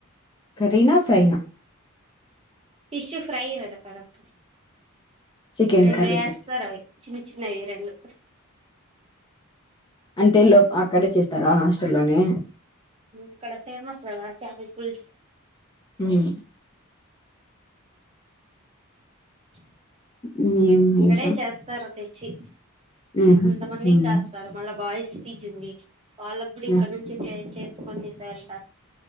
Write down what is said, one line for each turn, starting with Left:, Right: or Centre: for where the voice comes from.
Left: కర్రీనా ఫ్రైనా
Right: ఫిషు ఫ్రై పెడతారు అక్క
Left: చికెన్
Right: రెండు
Left: కర్రీ
Right: వేస్తారు.
Left: పెట్
Right: అవి చిన్న చిన్నవి రెండు.
Left: అంటే లో అక్కడే చేస్తారా హాస్టల్లోనే.
Right: ఇక్కడ ఫేమస్ కదా చేపల పులుసు.
Left: ఉమ్
Right: <unintelligible>
Left: <unintelligible>
Right: ఇక్కడే చేస్తారు తెచ్చి,
Left: ఉహు
Right: అంతమందికి
Left: ఉమ్
Right: చేస్తారు మళ్ళా బాయి స్పీచ్ ఉంది. వాళ్లకు కూడా ఇక్కడ
Left: ఉహ్
Right: నుంచి ఛాయ చేసుకొని తీసు కే ళ్తా.